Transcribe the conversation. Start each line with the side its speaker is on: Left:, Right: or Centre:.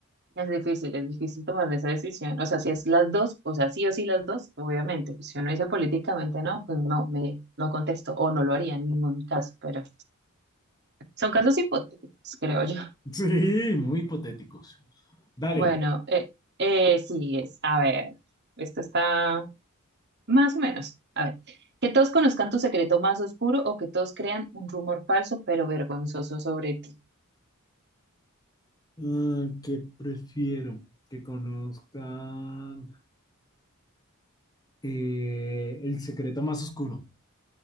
Right: es difícil, es difícil tomar esa decisión. O sea, si es las dos, o sea, sí o sí las dos, obviamente. Pues si uno dice políticamente no, pues no, me, no contesto o no lo haría en ningún caso, pero son casos hipotéticos, creo yo.
Left: Sí, muy hipotéticos. Dale.
Right: Bueno, eh, eh, sigues. A ver, esto está más o menos. A ver, que todos conozcan tu secreto más oscuro o que todos crean un rumor falso pero vergonzoso sobre ti.
Left: Ah, ¿qué prefiero? Que conozcan eh, el secreto más oscuro.